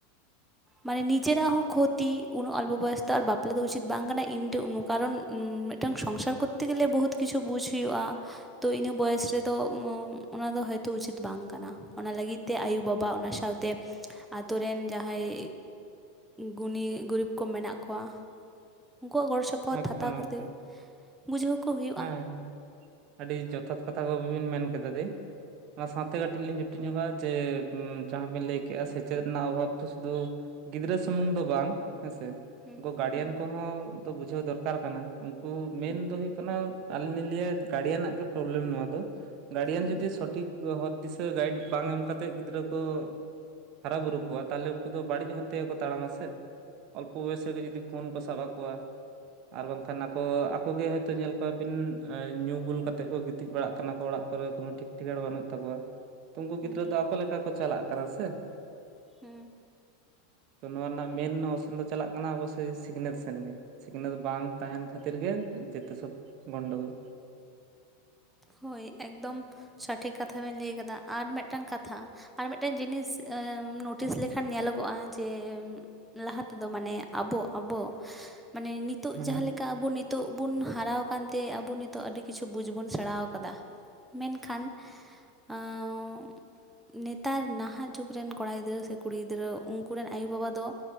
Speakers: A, on the right; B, in the centre.
A: <inaudible>
B: ᱢᱟᱱᱮ ᱱᱤᱡᱮᱨᱟᱜ ᱦᱚᱸ ᱠᱷᱚᱛᱤ ᱩᱱᱟᱹᱜ ᱚᱞᱯᱚ ᱵᱚᱭᱚᱥ ᱛᱚ ᱟᱨ ᱵᱟᱯᱞᱟ ᱫᱚ ᱩᱪᱤᱛ ᱵᱟᱝ ᱠᱟᱱᱟ ᱤᱧ ᱳᱱᱳ ᱠᱟᱨᱚᱱ ᱢᱤᱫᱴᱟᱝ ᱥᱚᱝᱥᱟᱨ ᱠᱚᱨᱛᱮ ᱜᱮᱞᱮ ᱵᱚᱦᱩᱛ ᱠᱤᱪᱷᱩ ᱵᱩᱡ ᱦᱩᱭᱩᱜ-ᱟ᱾ ᱛᱚ ᱤᱱᱟᱹ ᱵᱚᱭᱮᱥ ᱨᱮᱫᱚ ᱚᱱᱟ ᱫᱚ ᱦᱚᱭᱛᱳ ᱩᱪᱤᱛ ᱵᱟᱝ ᱠᱟᱱᱟ᱾ ᱚᱱᱟ ᱞᱟᱹᱜᱤᱫ ᱛᱮ ᱟᱭᱳ ᱵᱟᱵᱟ ᱚᱱᱟ ᱥᱟᱶᱛᱮ ᱟᱛᱳ ᱨᱮᱱ ᱡᱟᱦᱟᱸᱭ ᱜᱩᱱᱤ ᱜᱩᱨᱤᱵᱽ ᱠᱚ ᱢᱮᱱᱟᱜ ᱠᱚᱣᱟ ᱩᱱᱠᱩᱣᱟᱜ ᱜᱚᱲᱚ ᱥᱚᱯᱚᱦᱚᱫ-
A: ᱮᱠᱫᱚᱢ
B: ᱯᱚᱫ ᱦᱟᱛᱟᱣ ᱠᱟᱛᱮᱫ
A: ᱮᱠᱫᱚᱢ
B: ᱵᱩᱡᱷᱟᱹᱣ ᱠᱚ ᱦᱩᱭᱩᱜ-ᱟ᱾
A: ᱦᱮᱸ ᱟᱹᱰᱤ ᱡᱚᱛᱷᱟᱛ ᱠᱟᱛᱷᱟ ᱠᱚᱵᱤᱱ ᱢᱮᱱ ᱠᱮᱫᱟ ᱫᱮ ᱚᱱᱟ ᱥᱟᱶᱛᱮ ᱠᱟᱹᱴᱤᱡ ᱞᱤᱧ ᱡᱷᱩᱴᱤ ᱧᱚᱜᱟ ᱡᱮ ᱡᱟᱦᱟᱸ ᱵᱤᱱ ᱞᱟᱹᱭ ᱠᱮᱜᱼᱟ ᱥᱮᱪᱮᱫ ᱨᱮᱱᱟᱜ ᱚᱵᱷᱟᱵᱽ ᱫᱚ ᱥᱩᱫᱩ ᱜᱤᱫᱽᱨᱟᱹ ᱥᱩᱢᱩᱝ ᱫᱚ ᱵᱟᱝ ᱦᱮᱸᱥᱮ
B: ᱦᱩᱸ
A: ᱩᱱᱠᱩ ᱜᱟᱨᱰᱤᱭᱮᱱ
B: ᱦᱩᱸ
A: ᱠᱚᱦᱚᱸ ᱫᱚ ᱵᱩᱡᱷᱟᱹᱣ ᱫᱚᱨᱠᱟᱨ ᱠᱟᱱᱟ ᱩᱱᱠᱩ ᱢᱮᱱ
B: ᱦᱩᱸ
A: ᱫᱚ ᱦᱩᱭᱩᱜ ᱠᱟᱱᱟ ᱾ ᱠᱟᱱᱟ ᱟᱞᱤᱧ ᱞᱤᱧ ᱞᱤᱭᱟ- ᱜᱟᱲᱰᱤᱭᱟᱱᱟᱜ ᱜᱮ ᱯᱨᱚᱵᱞᱮᱢ ᱱᱚᱣᱟ ᱫᱚ ᱜᱟᱹᱰᱤᱭᱟᱱ
B: ᱦᱩᱸ
A: ᱡᱩᱫᱤ ᱥᱚᱴᱷᱤᱠ ᱦᱚᱨ ᱫᱤᱥᱟᱹ ᱜᱟᱭᱤᱰ ᱵᱟᱝ ᱮᱢ ᱠᱟᱛᱮᱫ ᱜᱤᱫᱽᱨᱟᱹ ᱠᱚ ᱦᱟᱨᱟ ᱵᱩᱨᱩ ᱠᱚᱣᱟ ᱛᱟᱦᱞᱮ ᱩᱱᱠᱩ ᱫᱚ ᱵᱟᱹᱲᱤᱡ ᱦᱚᱨ ᱛᱮᱜᱮ ᱠᱚ ᱛᱟᱲᱟᱢᱟ ᱥᱮ ᱚᱞᱯᱚ ᱵᱚᱭᱚᱥ ᱨᱮᱜᱮ ᱡᱩᱫᱤ ᱯᱷᱳᱱ ᱠᱚ ᱥᱟᱵ ᱟᱠᱚᱣᱟ ᱟᱨ ᱵᱟᱝᱠᱷᱟᱱ ᱟᱠᱚ ᱟᱠᱚ ᱜᱮ ᱦᱳᱭᱛᱳ ᱧᱮᱞ ᱠᱚᱣᱟᱵᱤᱱ ᱧᱩ ᱵᱩᱞ ᱠᱟ ᱛᱮ ᱠᱚ ᱜᱤᱛᱤᱡ ᱵᱟᱲᱟᱜ ᱠᱟᱱᱟ ᱠᱚ ᱚᱲᱟᱜ ᱠᱚᱨᱮ ᱠᱳᱱᱳ ᱴᱷᱤᱠ ᱴᱷᱤᱠᱟᱹᱬ ᱵᱟᱹᱱᱩᱜ ᱛᱟᱠᱚᱣᱟ ᱛᱚ ᱩᱱᱠᱩ
B: ᱫᱚ
A: ᱜᱤᱫᱽᱨᱟᱹ ᱟᱠᱚ ᱞᱮᱠᱟ ᱠᱚ
B: ᱟᱠ
A: ᱪᱟᱞᱟᱜ
B: ᱞᱮᱠᱟ
A: ᱠᱟᱱᱟ
B: ᱠᱚ ᱪᱟᱞᱟᱜ
A: ᱥᱮ
B: ᱠᱟᱱᱟ ᱥᱮ ᱦᱩᱸ
A: ᱛᱚ ᱱᱚᱣᱟ ᱨᱮᱱᱟᱜ ᱢᱮᱱ ᱚᱨᱥᱚᱝ ᱫᱚ ᱪᱟᱞᱟᱜ ᱠᱟᱱᱟ ᱟᱵᱚ ᱥᱮᱭ ᱥᱤᱠᱷᱱᱟᱹᱛ ᱥᱮᱱ ᱜᱮ ᱥᱤᱠᱷᱱᱟᱹᱛ ᱵᱟᱝ ᱛᱟᱦᱮᱱ ᱠᱷᱟᱹᱛᱤᱨ ᱜᱮ ᱡᱮᱛᱚ ᱥᱚᱵ ᱜᱚᱱᱰᱳᱜᱚᱞ
B: ᱦᱳᱭ ᱮᱠᱫᱚᱢ ᱥᱚᱴᱷᱤᱠ ᱠᱟᱛᱷᱟ ᱵᱮᱱ ᱞᱟᱹᱭ ᱠᱟᱫᱟ ᱟᱨ ᱢᱤᱫᱴᱟᱝ ᱠᱟᱛᱷᱟ ᱟᱨ ᱢᱤᱫᱴᱟᱱ ᱡᱤᱱᱤᱥ ᱱᱳᱴᱤᱥ ᱞᱮᱠᱷᱟᱱ ᱧᱮᱞᱚᱜᱚᱜᱼᱟ ᱡᱮ ᱞᱟᱦᱟ ᱛᱮᱫᱚ ᱢᱟᱱᱮ ᱟᱵᱚ ᱟᱵᱚ ᱢᱟᱱᱮ ᱱᱤᱛ ᱱᱤᱛᱚᱜ
A: ᱦᱮᱸ
B: ᱡᱟᱦᱟᱸ ᱞᱮᱠᱟ ᱟᱵᱚ ᱱᱤᱛᱚᱜ ᱵᱩᱱ ᱦᱟᱨᱟᱣ ᱟᱠᱟᱱ ᱛᱮ ᱟᱵᱚ ᱱᱤᱛᱚᱜ ᱟᱹᱰᱤ ᱠᱤᱪᱷᱩ ᱵᱩᱡᱽ ᱵᱚᱱ ᱥᱮᱬᱟᱣ ᱠᱟᱫᱟ ᱢᱮᱱᱠᱷᱟᱱ ᱟᱸᱻᱻ ᱱᱮᱛᱟᱨ ᱱᱟᱦᱟᱜ ᱡᱩᱜᱽ ᱨᱮᱱ ᱠᱚᱲᱟ ᱜᱤᱫᱽᱨᱟᱹ ᱥᱮ ᱠᱩᱲᱤ ᱜᱤᱫᱽᱨᱟᱹ ᱩᱱᱠᱩ ᱨᱮᱱ ᱟᱭᱳᱼᱵᱟᱵᱟ ᱫᱚ